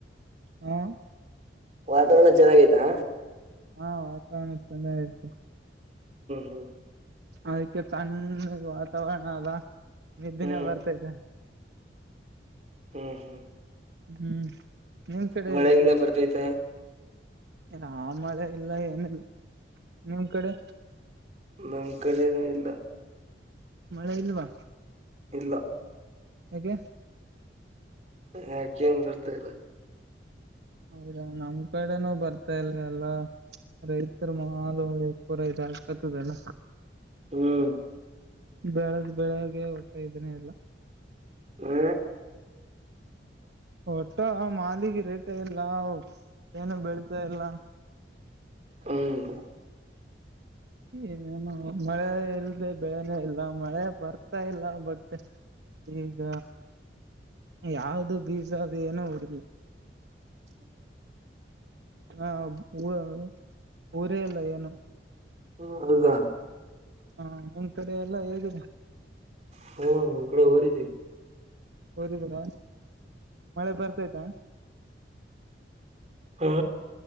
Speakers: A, on the right; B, on the right.
A: ಹಾ
B: ವಾತಾವರ್ಣ ಚೆನ್ನಾಗೈತಾ.
A: ಹಾ ವಾತಾವರ್ಣ ಚೆನ್ನಾಗ್ ಐತಿ.
B: ಹ್ಮ್
A: ಅದಕ್ಕೆ ತಣ್ಣಗ್ ವಾತಾವರ್ಣ ಅದ ನಿದ್ದಿನೇ
B: ಹ್ಮ್
A: ಬರ್ತೈತೆ.
B: ಹ್ಮ್
A: ಹ್ಮ್ ನಿಮ್ ಕಡೆ
B: ಮಳೆ
A: ಹೇಗಿದೆ
B: ಗಿಳೆ ಬರ್ತೈತೆ.
A: ಆ ಮಳೆ ಇಲ್ಲ ಏನಿಲ್ಲ ನಿಮ್ ಕಡೆ.
B: ನಮ್ ಕಡೆನು ಇಲ್ಲ.
A: ಮಳೆ ಇಲ್ವಾ.
B: ಇಲ್ಲ
A: ಯಾಕೆ
B: ಯಾಕೆನೂ ಬರ್ತಾ ಇಲ್ಲ.
A: ಹೌದಾ ನಮ್ ಕಡೆನೂ ಬರ್ತಾ ಇಲ ಎಲ್ಲ. ರೈತೃ ಮಾಲು ಪುರ ಇದ್ ಆಗ್ಕತದಲ್ಲ.
B: ಹ್ಮ್
A: ಬೆಳೆದ್ ಬೆಳಗ್ಗೆ ಒಟ್ಟ ಇದ್ನೇ ಏಲ್ಲ.
B: ಹ್ಮ
A: ಹೊಟ್ಟ ಮಾಲಿಗೆ ರೇಟೆ ಎಲ್ಲ. ಏನು ಬೆಳಿತಾ ಇಲ್ಲ.
B: ಹ್ಮ್
A: ಏನು ಮಳೆ ಇಲ್ದೆ ಬೆಳೆನೇ ಇಲ್ಲ ಮಳೆ ಬರ್ತಾ ಇಲ್ಲ ಬಟ್. ಈಗ ಯಾವ್ದು ಬೀಜ ಅದು ಏನೋ ಉಡ್ಲಿ.
B: <inaudible>
A: ಹಾ ಉಳ್ ಊರೇ ಇಲ್ಲ ಏನು.
B: ಹು ಅದದ.
A: ಹಾ ನಿಮ್ ಕಡೆ ಎಲ್ಲ ಹೇಗಿದೆ.
B: ಹ್ಮ ನಮ್ ಕಡೆ ಊರಿದೀವ್.
A: ಉರಿದ್ರ ಮಳೆ ಬರ್ತಾಯ್ತಾ.
B: ಹಾ